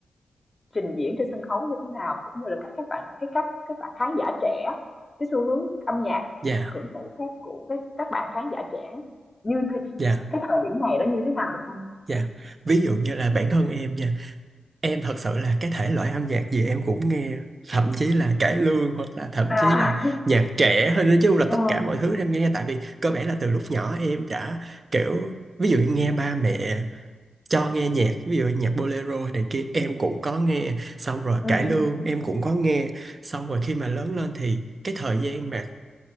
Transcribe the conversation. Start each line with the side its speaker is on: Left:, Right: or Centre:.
Left: trình diễn trên sân khấu như thế nào cũng như là cách các bạn cái cách các bạn khán giả trẻ cái xu hướng âm nhạc
Right: dạ
Left: hưởng thụ khác của các các bạn khán giả trẻ như thế,
Right: dạ
Left: cái thời điểm này nó như thế nào được không?
Right: dạ ví dụ như là bản thân em nha em thật sự là cái thể loại âm nhạc gì em cũng nghe thậm chí là cải lương hoặc là thậm
Left: À.
Right: chí là nhạc trẻ hơn nói chung là
Left: <laughs> ừ,
Right: tất cả mọi thứ em nghe tại vì cơ bản là từ lúc nhỏ em đã kiểu ví dụ như nghe ba mẹ cho nghe nhạc ví dụ nhạc bolero này kia em cũng có nghe xong rồi
Left: ừ,
Right: cải lương em cũng có nghe xong rồi khi mà lớn lên thì cái thời gian mà